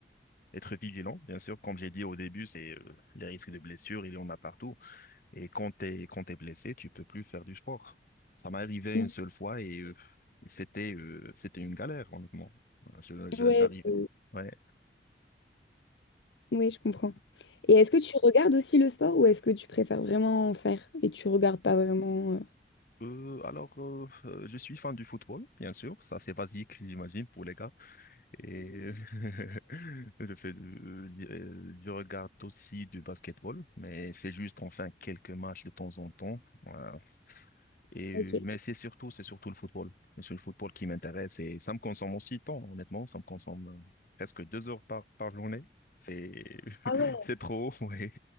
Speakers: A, on the left (about 50°); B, on the left (about 85°).
A: être vigilant, bien sûr. Comme j'ai dit au début, c'est euh, les risques de blessures, il y en a partout. Et quand t'es, quand t'es blessé, tu peux plus faire du sport. Ça m'est arrivé
B: Mm.
A: une seule fois et euh, c'était euh, c'était une galère, honnêtement. Voilà, Je- je-
B: Ouais,
A: j'arrive.
B: c'est-
A: Ouais.
B: ouais, je comprends. Et est-ce que tu regardes aussi le sport ou est-ce que tu préfères vraiment en faire et tu regardes pas vraiment? euh
A: Euh, alors, euh, euh, je suis fan du football, bien sûr. Ça, c'est basique, j'imagine, pour les gars. Et euh, <laughs> je fais, du- euh, je regarde aussi du basketball, mais c'est juste, enfin, quelques matchs de temps en temps. Euh, Et,
B: Ok.
A: euh, mais c'est surtout, c'est surtout le football. C'est le football qui m'intéresse et ça me consomme aussi de temps, honnêtement. Ça me consomme euh, presque deux heures par, par journée. C'est, <laughs>
B: Ah ouais,
A: c'est trop, <laughs> ouais.